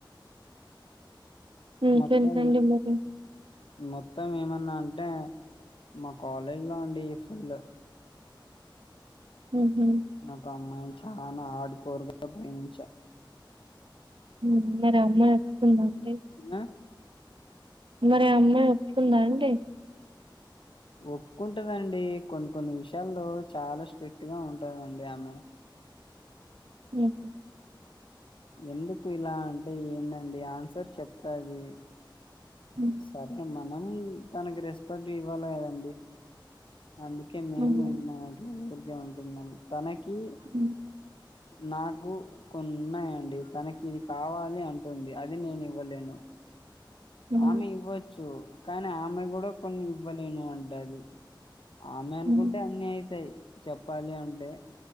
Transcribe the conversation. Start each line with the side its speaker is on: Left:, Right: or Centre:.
Right: ఇంకేంటండి
Left: మొత్తం
Right: మరి
Left: మొత్తం ఏమన్నా అంటే మా కాలేజ్ లో అండి ఫుల్
Right: మ్మ్ హు
Left: నాకు అమ్మాయిని చాలా ఆడ్కోరుగా ప్రేమించా.
Right: ఉమ్ మరి అమ్మ ఒప్పుకుందా అం
Left: ఆ
Right: మరి ఆ అమ్మాయి ఒప్పుకుందా అండి.
Left: ఒప్పుకుంటదండి కొన్ని కొన్ని విషయాల్లో చాలా స్ట్రిక్ట్ గా ఉంటదండి ఆమె
Right: ఊహు
Left: ఎందుకు ఇలా అంటే ఏందండి ఆన్సర్ చెప్తాది.
Right: హ్మ్.
Left: సరే మనం తనకి రెస్పెక్ట్ ఇవ్వాలి కదా అందుకే మేము
Right: హ్మ్.
Left: మాట్లో ఊరికే ఉంటున్నాం తనకి
Right: హ్మ్.
Left: నాకు కొన్ని ఉన్నాయండి తనకి ఇది కావాలి అంటుంది అది నేను ఇవ్వలేను.
Right: హ్మ్.
Left: ఆమె ఇవ్వోచ్చు కానీ ఆమె కూడా కొన్ని ఇవ్వలేను అంటది. ఆమె అనుకుంటే
Right: హ్మ్.
Left: అన్నీ ఐతాయ్ చెప్పాలి అంటే